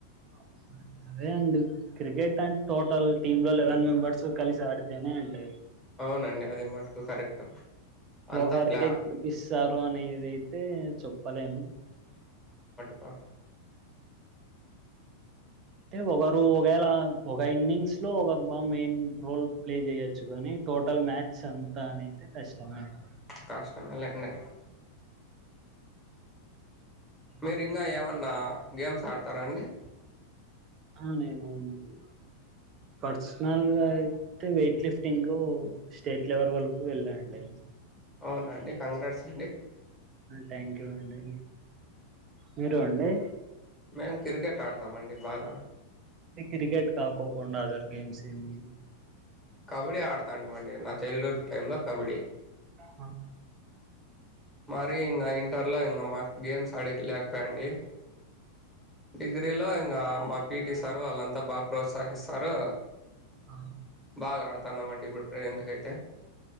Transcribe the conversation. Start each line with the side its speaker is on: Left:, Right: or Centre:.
Right: అమ్మే అదే అండి క్రికెట్ అంటే టోటల్ టీమ్ లో లెవెన్ మెంబెర్స్ కలిసి ఆడితేనే అండి.
Centre: అవునండి అది మటుకు కరెక్ట్. అంతా
Right: ఒకరే
Centre: ప్లా
Right: ఇస్తారు అనేది ఐతే చెప్పలేం.
Centre: ఆ
Right: అంటే ఒకరు ఒకవేళ ఒక ఇన్నింగ్స్ లో ఒకరు బాగా మెయిన్ రోల్ ప్లే చేయొచ్చు కానీ. టోటల్ మ్యాచ్ అంతా అనైతే కష్టమే ఉ
Centre: కష్టంలేండి మీరు ఇంకా ఏమన్నా గేమ్స్ ఆడతారాండి
Right: ఆ నేను అండి పర్సనల్ గా అయితే వెయిట్ లిఫ్టింగ్ స్టేట్ లెవెల్ వరకు వెళ్ళాండి
Centre: అవునా అండి కంగ్రాట్స్ అండి.
Right: థాంకు యూ అండి మీరు అండి.
Centre: మేము క్రికెట్ ఆడుతామండి బాగా
Right: ఈ క్రికెట్ కాకోకుండా అదర్ గేమ్స్ ఏమి
Centre: కబడ్డీ ఆడతాండి మండి నా చైల్డ్ హుడ్ టైంలో కబడ్డీ
Right: ఆ
Centre: మరి ఇంగ ఇంటర్లో ఇంగ మాకు గేమ్స్ ఆడేకి లేకపాయండి డిగ్రీలో ఇంగ మా పీటీ సారు వాళ్ళంతా బా ప్రోత్సహిస్తారు
Right: ఆ.
Centre: బాగా ఆడుతున్నామండి ఇప్పుడు ప్రెజెంట్ కి అయితే